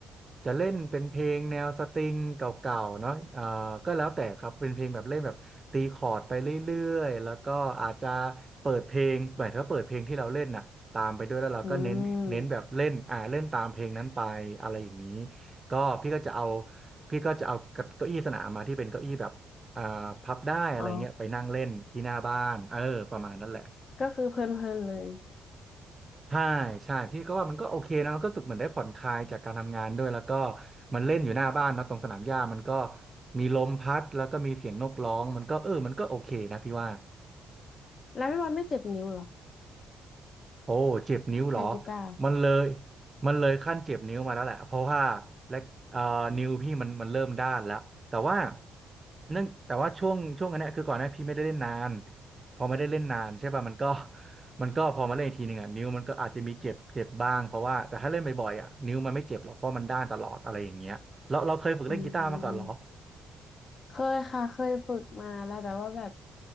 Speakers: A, on the right (about 25°); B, on the left (about 50°).
A: จะเล่นเป็นเพลงแนวสตริงเก่าๆเนาะอ่าก็แล้วแต่ครับเป็นเพลงแบบเล่นแบบตีคอร์ดไปเรื่อยๆแล้วก็อาจจะเปิดเพลงเหมือนถ้าเปิดเพลงที่เราเล่นน่ะตามไปด้วยแล้วเราก็เน้นเน้นแบบเล่นอ่าเล่นตามเพลงนั้นไปอะไรอย่างนี้
B: อืม
A: ก็พี่ก็จะเอา พี่ก็จะเอาเก้าอี้สนามมาที่เป็นเก้าอี้แบบอ่าพับได้อะไรเงี้ยไปนั่งเล่นที่หน้าบ้านเออประมาณนั้นแหละ
B: อ๋อก็คือเพลินๆเลย
A: ใช่ใช่พี่ก็ว่ามันก็โอเคนะมันก็รู้สึกเหมือนได้ผ่อนคลายจากการทำงานด้วยแล้วก็มันเล่นอยู่หน้าบ้านเนอะตรงสนามหญ้ามันก็มีลมพัดแล้วก็มีเสียงนกร้องมันก็เออมันก็โอเคนะพี่ว่า
B: แล้วพี่บอลไม่เจ็บนิ้วเหรอ
A: โอ้เจ็บนิ้วเหรอ
B: เล่นกีตาร์
A: มันเลยมันเลยขั้นเจ็บนิ้วมาแล้วแหละเพราะว่าและเอ่อนิ้วพี่มันมันเริ่มด้านแล้วแต่ว่าเนื่องแต่ว่าช่วงช่วงนั้นเนี่ยคือก่อนหน้าพี่ไม่ได้เล่นนานพอไม่ได้เล่นนานใช่ป่ะมันก็ <laughs> มันก็พอมาเล่นอีกทีหนึ่งอ่ะนิ้วมันก็อาจจะมีเจ็บเจ็บบ้างเพราะว่าแต่ถ้าเล่นบ่อยๆอ่ะนิ้วมันไม่เจ็บหรอกเพราะมันด้านตลอดอะไรอย่างเงี้ยเราเราเคยฝึกเล่นกีตาร์มาก่อนเหรอ
B: อืมเคยค่ะเคยฝึกมาแล้วแต่ว่าแบบ